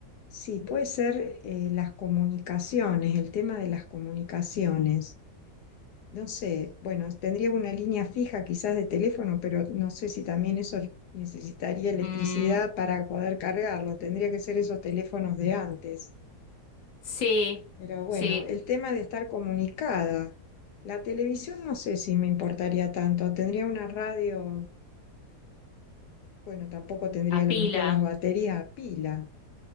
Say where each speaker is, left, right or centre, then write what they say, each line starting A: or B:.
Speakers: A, on the left (about 80°); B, on the left (about 55°).
A: sí, puede ser eh, las comunicaciones, el tema de las comunicaciones. No sé, bueno, tendría una línea fija quizás de teléfono, pero no sé si también eso necesitaría electricidad
B: Mm,
A: para poder cargarlo. Tendría que ser esos teléfonos de antes.
B: sí,
A: Pero bueno,
B: sí,
A: el tema de estar comunicada. La televisión no sé si me importaría tanto. Tendría una radio Bueno, tampoco tendría
B: a
A: a lo
B: pila.
A: mejor las baterías a pila.